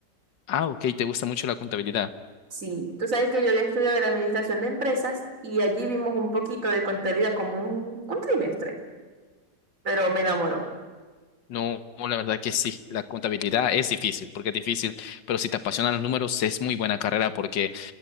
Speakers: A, on the left; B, on the right.
A: Ah, ok, te gusta mucho la contabilidad.
B: Sí, tú sabes que yo había estudiado la administración de empresas y allí vimos un poquito de contabilidad como un, un trimestre, pero me enamoró.
A: No, no, la verdad que sí, la contabilidad es difícil, porque es difícil, pero si te apasionan los números es muy buena carrera porque